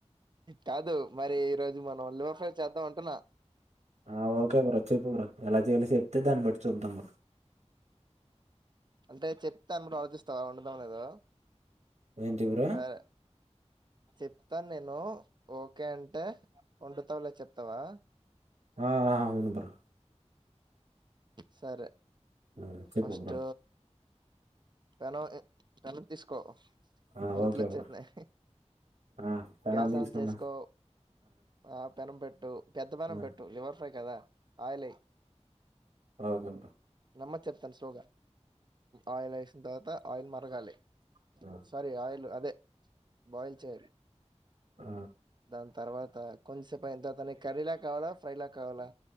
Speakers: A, on the right; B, on the right.
A: కాదు మరి ఈ రోజు మనం లో ఫైర్ చేద్దాం అంటున్న
B: ఆ ఓకే బ్రో చెప్పు బ్రో ఎలా చేయాలి చెప్తే దాన్ని బట్టి చూద్దమ
A: అంటే చెప్తన్ బ్రో ఆలోచిస్తా ఉండదా ఉండదో
B: ఏంటి బ్రో
A: సరే చెప్తాను నేను ఓకే అంటే ఒండుతావులే చెప్తవా
B: ఆ అవును బ్రో
A: సరే
B: ఉమ్, చెప్పు
A: ఫస్ట్
B: బ్రో
A: పెనం పెనం తీసుకో
B: ఆ
A: బూతులు
B: ఓకే
A: వచ్చేతున్నాయ్
B: బ్రో ఆ పెనం
A: గ్యాస్
B: తీసుకున్నా
A: ఆన్ చేసుకో ఆ పెనం పెట్ టు పెద్ద పెనం
B: ఆ
A: పెట్టు లివర్ ఫ్రై కదా అయిలెయ్
B: అరగంటా
A: నమ్మది చెప్తాను స్లోగా ఆయిలై తర్వాత ఆయిల్ మరగాలి
B: ఆ
A: సరి అయిల్ అదే బాయిల్చేరు
B: ఆ
A: దాన్ తర్వాత కొంచసేపు అయిన తర్వాత కర్రీ లా కావాలా ఫ్రై లాగా కావాలా